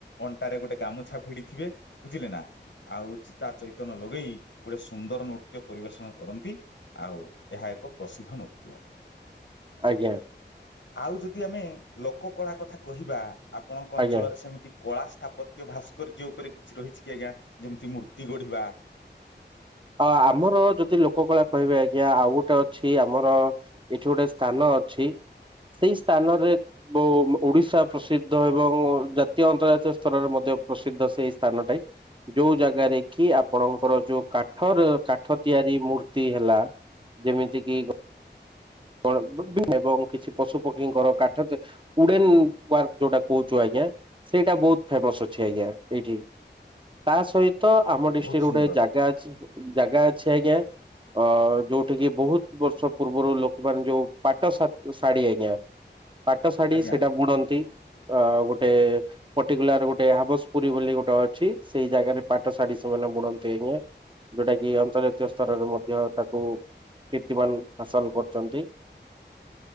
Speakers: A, on the left; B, on the right.
A: ଅଣ୍ଟାରେ ଗୋଟେ ଗାମୁଛା ଭିଡିଥିବେ। ବୁଝିଲେ ନା ଆଉ ଚିତା ଚୈତନ ଲଗେଇ ଗୋଟେ ସୁନ୍ଦର ନୃତ୍ୟ ପରିବେଷଣ କରନ୍ତି। ଆଉ ଏହା ଏକ ପ୍ରସିଦ୍ଧ ନୃତ୍ୟ।
B: ଆଜ୍ଞା
A: ଆଉ ଯଦି ଯଦି ଆମେ ଲୋକ କଳା କଥା କହିବା ଆପଣଙ୍କ ଅଞ୍ଚଳରେ
B: ଆଜ୍ଞା
A: ସେମିତି କଳା ସ୍ଥାପତ୍ୟ ଭାସ୍କର୍ଯ୍ୟ ଉପରେ କିଛି ରହିଛି କି ଆଜ୍ଞା ଯେମିତି ମୂର୍ତ୍ତି ଗଢିବା
B: ଅ ଆମର ଯଦି ଲୋକ କଳା କହିବେ ଆଜ୍ଞା ଆଉ ଗୋଟେ ଅଛି ଆମର ଏଠି ଗୋଟେ ସ୍ଥାନ ଅଛି ସେଇ ସ୍ଥାନରେ ବ ଓଡିଶା ପ୍ରସିଦ୍ଧ ଏବଂ ଜାତୀୟ ଅନ୍ତର୍ଜାତୀୟ ସ୍ତରରେ ମଧ୍ୟ ପ୍ରସିଦ୍ଧ ସେଇ ସ୍ଥାନଟାଇ ଯୋଉ ଜାଗାରେ କି ଆପଣଙ୍କର ଯୋଉ। କାଠ ର କାଠ ତିଆରି ମୂର୍ତ୍ତି ହେଲା ଯେମିତି କି। <inaudible> ଏବଂ କିଛି ପଶୁପକ୍ଷୀଙ୍କର କାଠ ଉଡେନ ୱାର୍କ ଯୋଉଟା କହୁଛୁ ଆଜ୍ଞା ସେଇଟା ବହୁତ ଫେମସ୍ ଅଛି ଆଜ୍ଞା ଏଇଠି। ତା ସହିତ ଆମ
A: ବହୁତ
B: ଡିଷ୍ଟ୍ରିକ୍ଟ ରେ
A: ସୁନ୍ଦର
B: ଗୋଟେ ଜାଗା ଅଛି। ଜାଗା ଅଛି ଆଜ୍ଞା, ଅ ଯୋଉଠିିକି ବହୁତ ବର୍ଷ ପୂର୍ବରୁ ଲୋକ୍ ମାନେ ଯୋଉ ପାଟ ଶା ଶାଢୀ ଆଜ୍ଞା ପାଟ ଶାଢୀ
A: ଆଜ୍ଞା
B: ସେଇଟା ବୁଣନ୍ତି। ଆଉ ଗୋଟେ। ପଟିକୁଲାର ଗୋଟେ ହାବସପୁରୀ ବୋଲି ଗୋଟେ ଅଛି ସେଇ ଜାଗାରେ ପାଟ ଶାଢୀ ସେମାନେ ବୁଣନ୍ତି ଆଜ୍ଞା। ଯୋଉଟା କି ଅନ୍ତର୍ଜାତୀୟ ସ୍ତରରେ ମଧ୍ୟ ତାକୁ କୀର୍ତ୍ତିମାନ ହାସଲ କରି ଛନ୍ତି।